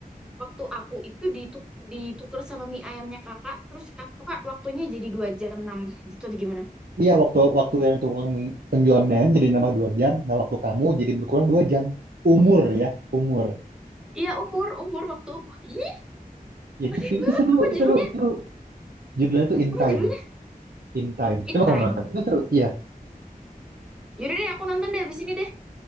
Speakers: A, in the centre; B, on the right.
A: waktu aku itu dituk ditukar sama mie ayamnya kakak terus kak- kakak waktunya jadi dua jam nambah gitu atau gimana
B: iya waktu waktu yang tukang mi- penjual mem jadi nambah dua jam nah waktu kamu jadi berkurang dua jam umur ya umur
A: iya umur umur waktu umur ih
B: ya
A: aneh
B: gitu
A: banget
B: itu seru
A: apa
B: itu
A: judulnya
B: seru seru judulnya tuh in
A: apa
B: time
A: judulnya
B: in time
A: in
B: coba
A: time
B: kamu nonton itu seru iya
A: yaudah deh aku nonton deh abis ini deh